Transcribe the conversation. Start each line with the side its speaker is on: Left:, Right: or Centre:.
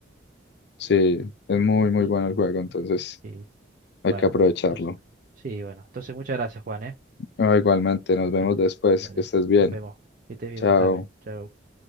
Left: Sí, es muy, muy
Right: Sí,
Left: bueno el juego, entonces
Right: sí.
Left: hay
Right: Bueno,
Left: que aprovecharlo.
Right: entonces. Sí, bueno. Entonces, muchas gracias, Juan, ¿eh?
Left: Ah, igualmente, nos vemos
Right: Dale,
Left: después,
Right: dale.
Left: que estés bien.
Right: Nos vemos. Que estés bien
Left: Chao.
Right: vos también. Chao.